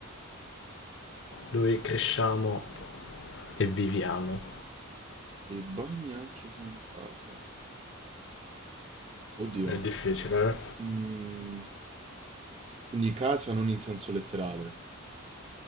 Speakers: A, on the left; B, on the right.
A: Dove cresciamo e viviamo.
B: Il bagno anche se in casa. Oddio.
A: È difficile, eh?
B: mm, quindi casa non in senso letterale.